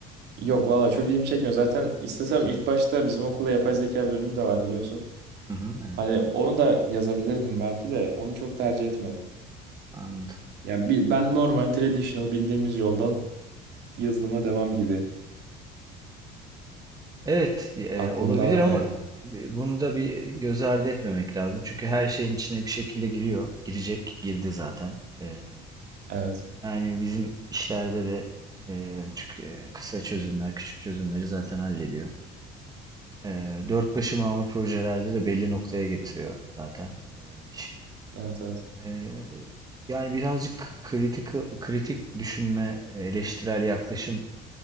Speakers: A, on the right; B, on the right.
A: Yok valla çok ilgimi çekmiyor. Zaten istesem ilk başta bizim okulda yapay zeka bölümü de var biliyorsun.
B: Hı hı, evet
A: Hani onu da yazabilirdim belki de onu çok tercih etmedim.
B: anladım.
A: Yani bi- ben normal traditional bildiğimiz yoldan yazılıma devam gibi
B: Evet, e,
A: aklımda
B: olabilir
A: var
B: ama
A: yani.
B: bi- bunu da bir göz ardı etmemek lazım. Çünkü her şeyin içine bir şekilde giriyor. Girecek, girdi zaten. E,
A: Evet.
B: yani bizim işlerde de e, çünkü e, kısa çözümler, küçük çözümleri zaten hallediyor. E, dört başı mamur projelerde de belli noktaya getiriyor zaten e, işi.
A: Evet evet.
B: E, yani birazcık kritik, kritik düşünme, eleştirel yaklaşım